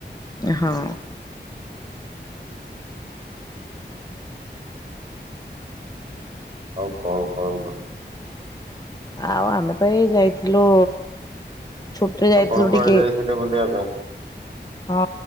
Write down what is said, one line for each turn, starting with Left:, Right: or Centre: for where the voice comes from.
Left: ଏ ହଁ।
Right: ଆଉ କଣ କୁହନ୍ତୁ।
Left: ଆଉ ଆମେ ତ ଏଇ ଯାଇଥିଲୁ ଛୁଟିରେ ଯାଇଥିଲୁ
Right: ଆପଣ କୁଆଡେ
Left: ଟିକେ
Right: ଯାଇଥିଲେ ବୁଲିବା ପାଇଁ?
Left: ହଁ